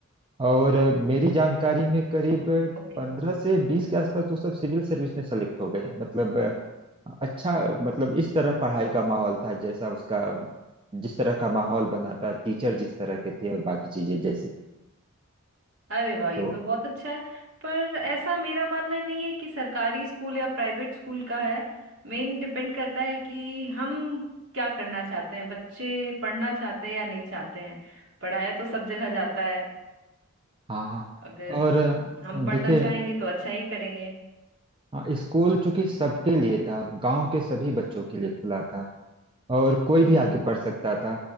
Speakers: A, on the right; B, on the right.
A: और मेरी जानकारी में करीब
B: ओके
A: पंद्रह से बीस के आसपास तो सब सिविल सर्विस में सेलेक्ट हो गए मतलब अच्छा मतलब इस तरह पढ़ाई का माहौल था जैसा उसका जिस तरह का माहौल बना था टीचर जिस तरह के थे और बाकी चीजें जैसी थी
B: अरे वाह ये
A: तो
B: तो बहुत अच्छा है पर ऐसा मेरा मानना नहीं है कि सरकारी स्कूल या प्राइवेट स्कूल का है मेन डिपेंड करता है कि हम क्या करना चाहते हैं बच्चे पढ़ना चाहते हैं या नहीं चाहते हैं पढ़ाया तो सब जगह जाता है
A: हाँ हाँ
B: अगर
A: और
B: हम हम पढ़ना
A: देखिए
B: चाहेंगे तो अच्छा ही करेंगे
A: हाँ, स्कूल चूंकि सबके लिए था गांव के सभी बच्चों के लिए खुला था और कोई भी
B: जी
A: आके पढ़ सकता था